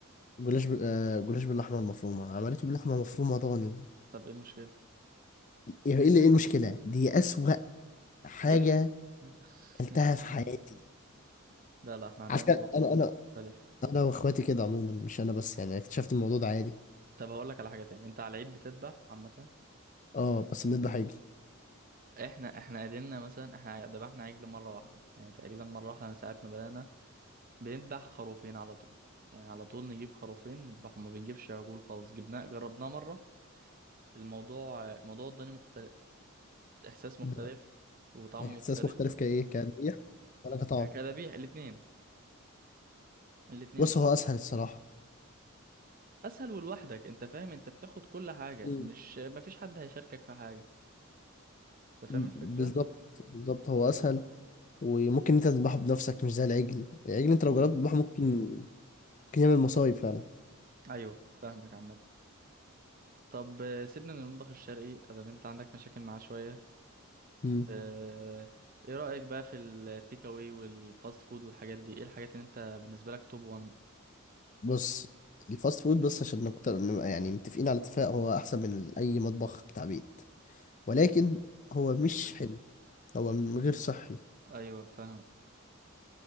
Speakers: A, on the left; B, on the right.
A: جلاش بال... آه، جلاش باللحمه المفرومه عملته باللحمه المفرومه ضاني
B: طب إيه المشكلة؟
A: ايه ايه اللي ايه المشكله دي اسوأ حاجه
B: ليه؟ <laughs>
A: اكلتها في حياتي
B: لا لا احنا عندنا
A: عارفه
B: الموضوع
A: انا
B: ده مختلف
A: انا انا واخواتي كده عموما مش انا بس يعني اكتشفت الموضوع ده عادي
B: طب هقول لك على حاجة تاني أنت على العيد بتذبح عامة؟
A: اه بس بنذبح حاجه
B: احنا احنا قدرنا مثلا احنا ذبحنا عجل مرة واحدة يعني تقريبا مرة واحدة من ساعة ما بدأنا بنذبح خروفين على طول يعني على طول نجيب خروفين نذبحهم ما بنجيبش عجول خالص جبناه جربناه مرة الموضوع موضوع الضاني مختلف إحساس مختلف
A: ده
B: وطعمه
A: احساس
B: مختلف
A: مختلف كايه كتذبيح ولا كطعم
B: ك- كذبيح الاثنين الاثنين
A: بص
B: طبعا
A: هو اسهل الصراحه
B: اسهل ولوحدك انت فاهم انت بتاخد كل حاجه
A: مم.
B: مش مفيش حد هيشاركك في حاجه انت فاهم
A: ب-
B: الفكره
A: بالظبط بالظبط هو اسهل وممكن انت تذبحه بنفسك مش زي العجل العجل انت
B: امم
A: لو جربت تذبحه ممكن ممكن يعمل مصايب فعلا
B: ايوه فاهمك عامه طب آه، سيبنا من المطبخ الشرقي ادام انت عندك مشاكل معاه شويه
A: مم.
B: آه، ايه رايك بقى في التيك اواي والفاست فود والحاجات دي ايه الحاجات اللي انت بالنسبه لك توب 1
A: بص الفاست فود بس عشان نكتر نبقى يعني متفقين على اتفاق هو احسن من اي مطبخ بتاع بيت ولكن هو مش حلو هو م- غير صحي
B: ايوه فاهم